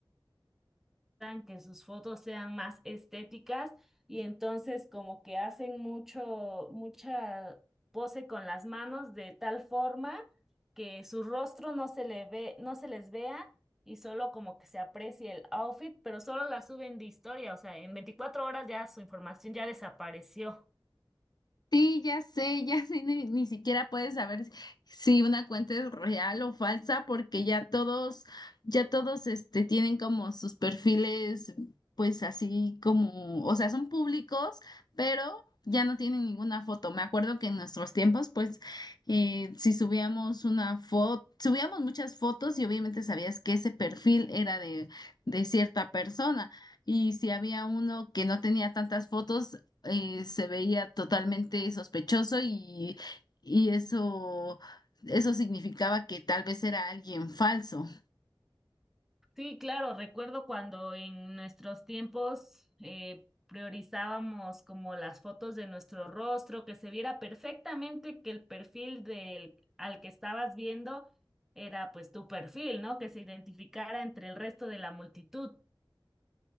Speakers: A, in the centre; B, on the left.
A: logran que sus fotos sean más estéticas y entonces como que hacen mucho, mucha pose con las manos de tal forma que su rostro no se le ve, no se les vea y solo como que se aprecie el outfit, pero solo la suben de historia, o sea, en 24 horas ya su información ya desapareció.
B: Sí, ya sé, ya <laughs> sé, ni, ni siquiera puedes saber si una cuenta es real o falsa, porque ya todos, ya todos, este, tienen como sus perfiles, pues así como, o sea, son públicos, pero ya no tienen ninguna foto. Me acuerdo que en nuestros tiempos, pues, eh, si subíamos una foto, subíamos muchas fotos y obviamente sabías que ese perfil era de, de cierta persona. Y si había uno que no tenía tantas fotos, eh, se veía totalmente sospechoso y, y eso, eso significaba que tal vez era alguien falso.
A: Sí, claro, recuerdo cuando en nuestros tiempos eh, priorizábamos como las fotos de nuestro rostro, que se viera perfectamente que el perfil del al que estabas viendo era pues tu perfil, ¿no? Que se identificara entre el resto de la multitud.